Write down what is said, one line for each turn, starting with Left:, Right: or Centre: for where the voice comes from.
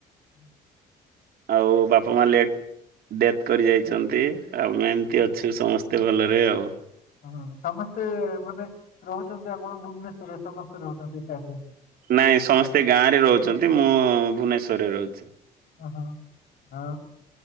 Left: ହୁଁ
Right: ଆଉ ବାପା, ମା ଲେ ଡେଥ କରି ଯାଇଛନ୍ତି ଆମେ ଏମିତି ଅଛୁ ସମସ୍ତେ ଭଲରେ ଆଉ।
Left: ହୁଁ ସମସ୍ତେ ମାନେ ରହୁଛନ୍ତି ଆପଣ ଭୁବନେଶ୍ଵରରେ ସମସ୍ତେ ରହୁଛନ୍ତି ଏକାଠି।
Right: ନାଇଁ ସମସ୍ତେ ଗାଁ ରେ ରହୁଛନ୍ତି ମୁଁ ଭୁବନେଶ୍ଵରରେ ରହୁଛି।
Left: ଓହୋ ଆ